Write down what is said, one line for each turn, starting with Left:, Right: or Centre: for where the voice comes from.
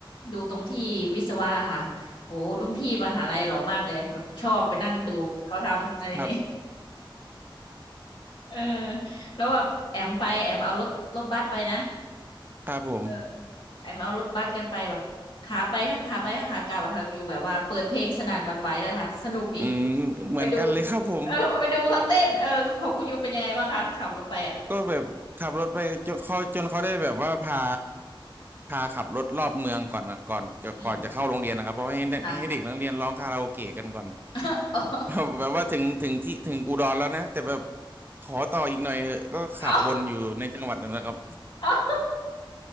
Left: ดูตรงที่วิศวะค่ะโอ้รุ่นพี่มหาลัยหล่อมากเลยแบบชอบไปนั่งดูเขาทำอะไรเงี้ย
Right: <laughs> ครับ
Left: เออแล้วแบบแอมไปแอมเอารถรถบัสไปนะ
Right: ครับผม
Left: เออไอ้มาเอารถบัสกันไปแบบขาไปทั้งขาไปทั้งขากลับอะค่ะอยู่แบบว่าเปิดเพลงสนั่นหวั่นไหวเลยค่ะสนุกดี
Right: อืมเหมือนกันเลยครับผม
Left: ไปดูเออไปดูเขาเต้นเออของคุณยูเป็นยังไงบ้างคะขับรถไปอ่ะ
Right: ก็แบบขับรถไปจนเขาจนเขาได้แบบว่าพาพาขับรถรอบเมืองก่อนนะก่อนจะก่อนจะเข้าโรงเรียนนะครับเพราะว่าให้เด็กให้เด็กนักเรียนร้องคาราโอเกะกันก่อน
Left: อืมค่ะ <laughs>
Right: <laughs> แบบแบบว่าถึงถึงที่ถึงอุดรแล้วนะแต่แบบขอต่ออีกหน่อยเถอะก็ขับวนอยู่ในจังหวัดนั่นแหละครับ
Left: เอ้าเอา